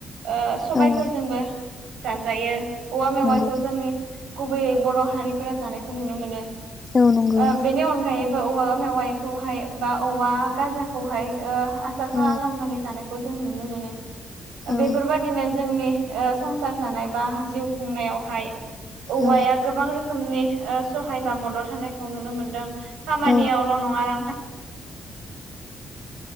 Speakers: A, on the right; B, on the left.
A: ओ सबायफोरजोंबो
B: औ औ
A: जाजायो। औवा मेवाइखौ
B: नंगौ
A: जोंनि गुबैयै बर' हारिफोरा जानायखौ नुनो मोनो।
B: औ नंगौ
A: ओ बेनि अनगायै‌ बो औवा मेवाइखौहाय बा औवा गाजाखौहाय ओ आसार खालामनानै
B: औ
A: जानायखौ जों नुनो मोनो।
B: औ
A: बेफोरबायदिनो
B: नंगौ औ नंगौ औ नंगौ औ
A: जोंनि ओ संसार जानाय बा जिउ खुंनायावहाय औवाया
B: औ
A: गोबां रो खोमनि ओ सहाय बा मदद होनायखौ नुनो मोनदों। खामानियावल'
B: औ
A: नङा रांखान